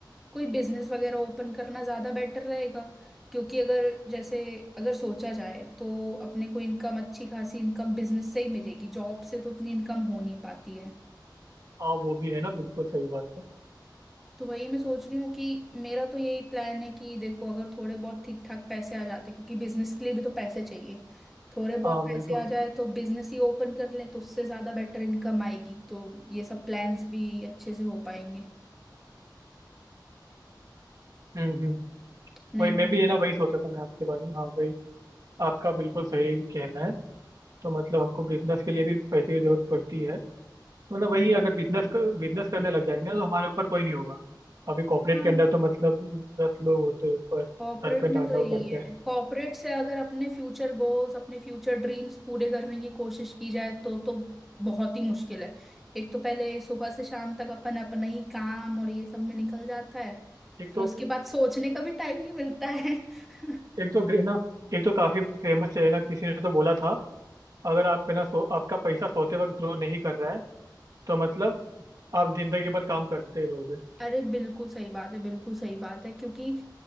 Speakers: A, in the centre; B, on the right.
A: कोई बिजनेस वगैरह ओपन करना ज्यादा बेटर रहेगा क्योंकि अगर जैसे अगर सोचा जाए तो अपने को इनकम अच्छी खासी इनकम बिजनेस से ही मिलेगी जॉब से तो उतनी इनकम हो नहीं पाती है
B: हाँ वो भी है ना बिल्कुल सही बात है
A: तो वही मैं सोच रही हूँ कि मेरा तो यही प्लान है कि देखो अगर थोड़े बहुत ठीक ठाक पैसे आ जाते क्योंकि बिजनेस के लिए भी तो पैसे चाहिए थोड़े बहुत
B: हाँ
A: पैसे
B: वही तो
A: आ जाए तो बिजनेस ही ओपन कर ले तो उससे ज्यादा बेटर इनकम आएगी तो ये सब प्लान्स भी अच्छे से हो पाएंगे
B: हम्म हम्म
A: नहीं
B: वही मैं
A: तो फिर-
B: भी है ना वही सोचा था मैं आपके बारे में हाँ वही आपका बिल्कुल सही कहना है तो मतलब हमको बिजनेस के लिए भी पैसे की जरूरत पड़ती है तो मतलब वही अगर बिजनेस बिजनेस करने लग जाएंगे ना, तो हमारे ऊपर कोई नहीं होगा अभी कॉर्पोरेट
A: हाँ
B: के अंदर तो मतलब दस लोग होते हैं ऊपर सर
A: कॉर्पोरेट
B: पे डांडा
A: में तो यही
B: करते
A: है
B: हैं
A: कॉर्पोरेट से अगर अपने फ्यूचर गोल्स अपने फ्यूचर ड्रीम्स पूरे करने की कोशिश की जाए तो तो बहुत ही मुश्किल है एक तो पहले सुबह से शाम तक अपन अपना ही काम और ये सब में निकल जाता है
B: एक
A: फिर
B: तो
A: उसके बाद सोचने का भी टाइम नहीं मिलता है <laughs>
B: एक तो ग्रे- ना एक तो काफी फेमस है ना किसी ने तो बोला था अगर आप है ना सो, आपका पैसा सोते वक्त ग्रो नहीं कर रहा है तो मतलब आप जिंदगी भर काम करते ही रहोगे
A: अरे बिल्कुल सही बात है बिल्कुल सही बात है क्योंकि